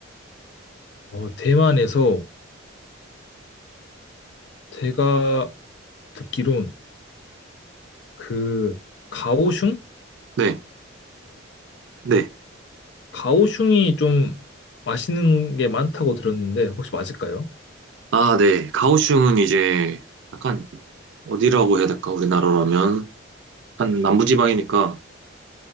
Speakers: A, on the left; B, on the right.
A: 어, 대만에서 제가 듣기론 그 가오슝인가요?
B: 네, 네.
A: 가오슝이 좀 맛있는 게 많다고 들었는데 혹시 맞을까요?
B: 아, 네. 가오슝은 이제 약간 어디라고 해야 될까? 우리나라라면. 약간 남부지방이니까